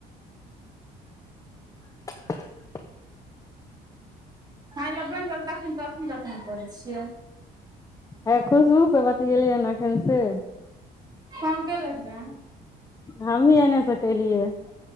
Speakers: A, on the left; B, on the right.
A: <inaudible>
B: खाइलै बैन गेल तखैन-तखैन दतमैन करै छियै?
A: हे खुशबू से बतियैलियैन अखैन से।
B: फोन कयलक रहए
A: हमही एने से केलियै।